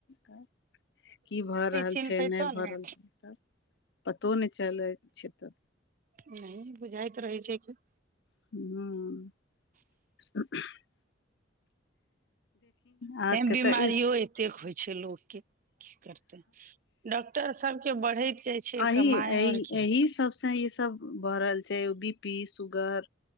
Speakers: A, on the left; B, on the right.
A: तब की भऽ रहल
B: चिन्हतै
A: छै नै
B: तब
A: भऽ
B: ने
A: रहल छै तब। पतो नै चलैत छै तऽ।
B: नहि बुझाएत रहै छै कि
A: हुं। अहाँके
B: तैँ बिमारियो
A: तऽ
B: एतेक होय छै लोक के। की करतै डॉक्टर सबके बढ़ैत जाय छै
A: एहि
B: कमाय
A: एहि
B: और की।
A: एहि सबसँ ई सब उम्म बढ़ल छै उ बी पी, सुगर